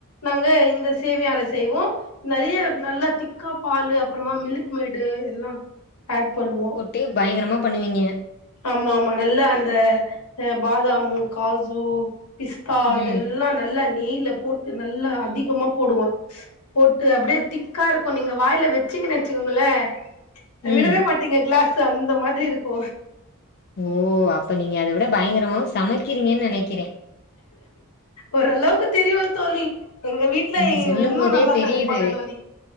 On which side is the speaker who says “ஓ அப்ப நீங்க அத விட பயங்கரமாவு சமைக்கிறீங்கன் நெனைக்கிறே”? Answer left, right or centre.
Left